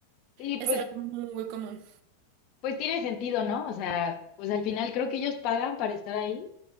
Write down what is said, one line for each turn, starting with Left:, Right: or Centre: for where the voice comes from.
Left: Sí,
Right: Es
Left: pues,
Right: algo muy común.
Left: pues tiene sentido, ¿no? O sea, pues al final creo que ellos pagan para estar ahí.